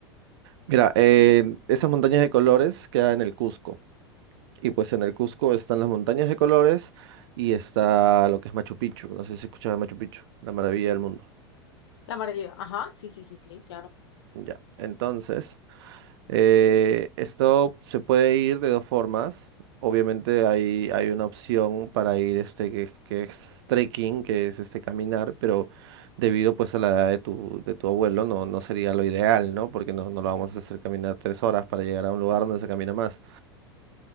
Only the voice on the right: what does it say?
Mira, eh, esas montañas de colores quedan en el Cusco. Y pues en el Cusco están las montañas de colores y está lo que es Machu Picchu. No sé si escuchaba Machu Picchu, la maravilla del mundo.
Ya. Entonces, Eh, esto se puede ir de dos formas. Obviamente hay, hay una opción para ir este que, que es trekking, que es este caminar, pero debido pues a la edad de tu, de tu abuelo no, no sería lo ideal, ¿no? Porque no, no lo vamos a hacer caminar tres horas para llegar a un lugar donde se camina más.